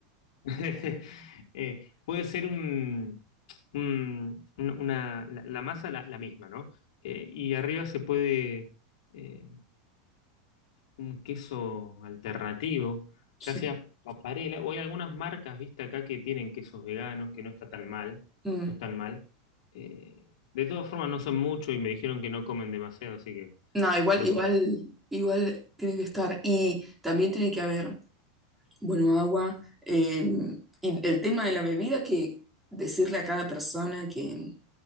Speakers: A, on the left; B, in the centre.
A: <laughs> Eh, puede ser un, un- un- una, la, la masa la, la misma, ¿no? Eh, y arriba se puede eh, un queso alternativo,
B: Sí.
A: ya sea paparela, o hay algunas marcas, viste, acá que tienen quesos veganos, que no está tan mal,
B: Mm.
A: no están mal. Eh, de todas formas, no son muchos y me dijeron que no comen demasiado, así que
B: No, igual,
A: dos
B: igual,
A: son.
B: igual tiene que estar. Y también tiene que haber Bueno, agua. eh, y el tema de la bebida, que decirle a cada persona que,